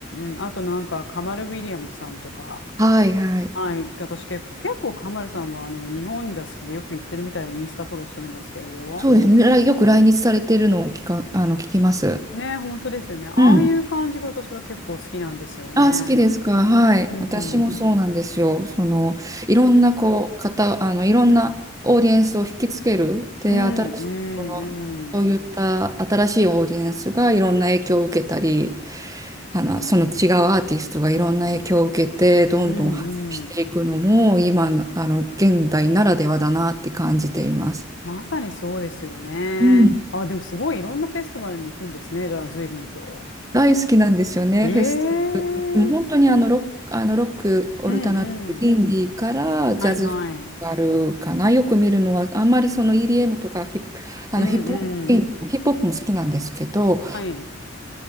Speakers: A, on the left; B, on the right.
A: ん、うん。あと、なんか、カマル・ウィリアムさんとか、
B: はいはい。
A: はい、私結構、結構、カマルさんは、あの、日本が好きでよく行ってるみたいで、インスタフォローしてるんですけれど、
B: そうですね。らよく来日されてるのを聞か、あの、聞きます。
A: ね、本当ですよね。ああいう感じが私は結構好きなんですよね。
B: うん。あ、好きですか。はい。
A: うん、
B: 私もそうなんですよ。
A: うん、
B: その、いろんな、こう、方、あの、いろんなオーディエンスを引きつける。で、
A: うん、
B: 新しい、その、そういった新しいオーディエンスがいろんな影響を受けたり、あの、その違うアーティストがいろんな影響を受けて、どんどん発展していくのも、
A: うん、うん。
B: 今の、あの、現代ならではだなって感じています。
A: まさにそうですよね。
B: うん。
A: あ、でもすごいいろんなフェスティバルに行くんですね。じゃあ、随分と。
B: 大好きなんですよね、
A: へえ。
B: フェスティバル。でも本当にあのロック、あのロック、オルタナティブ、
A: うん、
B: インディーからジャズフェスティバルかな。
A: うん。はい、はい。う
B: よく見るのは、あんまりその EDM とかヒップ、あのヒップホップ、
A: ん、うん。
B: ヒップホップも好きなんですけど、
A: はい。